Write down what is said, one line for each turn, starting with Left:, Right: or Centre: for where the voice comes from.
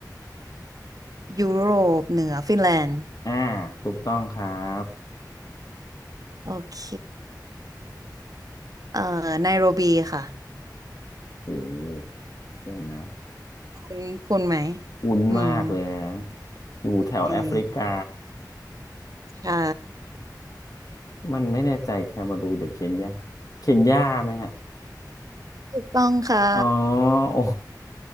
Right: ยุโรปเหนือฟินแลนด์
Left: อ่าถูกต้องครับ
Right: โอเคเอ่อไนโรบีค่ะ
Left: โอ้หเดี๋ยวนะ
Right: คุณคุณไหม
Left: คุ้นมากเลยนะ
Right: อืม
Left: อยู่แถวแอฟริกา
Right: ดีใช่
Left: มันไม่แน่ใจแคเมารูนหรือเคนยาเคนยาไหมฮะ
Right: ถูกต้องค่ะ
Left: อ๋อโอ้